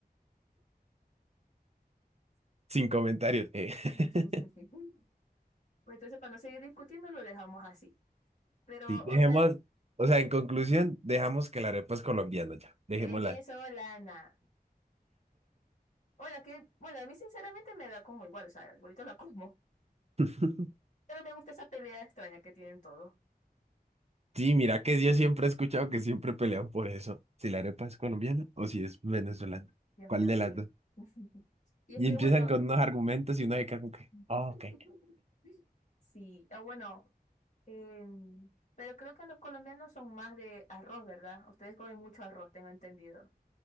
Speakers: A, on the right (about 40°); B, on the left (about 45°).
A: sin comentarios. eh.
B: <laughs>
A: <laughs>
B: Pues Entonces, para no seguir discutiendo, lo dejamos así. Pero,
A: Sí, dejemos,
B: o sea,
A: o sea, en conclusión, dejamos que la arepa es colombiana ya, dejémosla.
B: Venezolana. Hola, que, bueno, a mí sinceramente me da como igual, o sea, ahorita la como.
A: <laughs>
B: Pero me gusta esa pelea extraña que tienen todos.
A: Sí, mira que yo siempre he escuchado que siempre pelean por eso, si la arepa es colombiana o si es venezolana,
B: Dios
A: ¿cuál
B: mío,
A: de
B: sí.
A: las dos?
B: <laughs> Y
A: Y
B: es que,
A: empiezan
B: bueno,
A: con unos argumentos y uno se queda como que,
B: <laughs>
A: "Ah, ok".
B: sí, ah, bueno, em, pero creo que los colombianos son más de arroz, ¿verdad? Ustedes comen mucho arroz, tengo entendido.